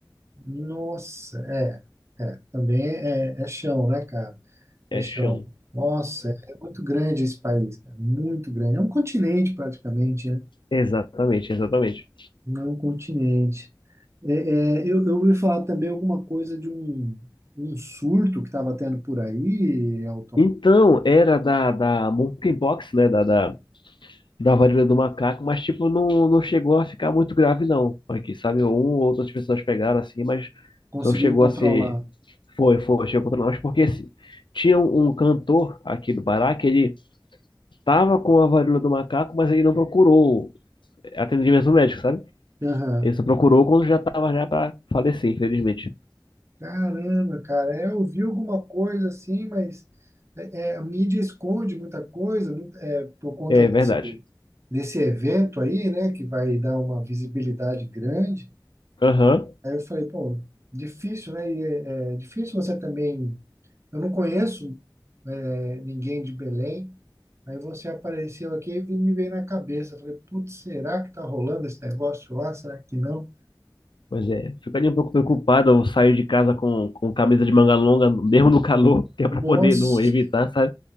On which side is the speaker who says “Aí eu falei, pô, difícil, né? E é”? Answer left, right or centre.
Right